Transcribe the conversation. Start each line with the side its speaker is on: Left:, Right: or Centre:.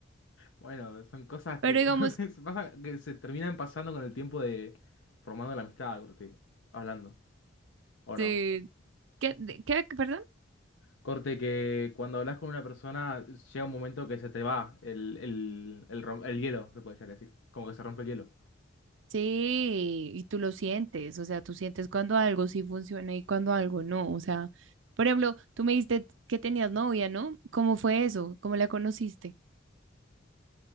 Left: Bueno, son cosas
Right: Pero
Left: que,
Right: digamos,
Left: <laughs> se pasa- que se terminan pasando con el tiempo de formando la amistad, creo que, hablando, ¿o
Right: Sí.
Left: no?
Right: ¿Qué, de- qué, perdón?
Left: Corte que cuando hablas con una persona llega un momento que se te va el, el, el, rom- el hielo, se puede llegar a decir. Como que se rompe el hielo.
Right: Sí, y tú lo sientes, o sea, tú sientes cuando algo sí funciona y cuando algo no, o sea, por ejemplo, tú me dijiste que tenías novia, ¿no? ¿Cómo fue eso? ¿Cómo la conociste?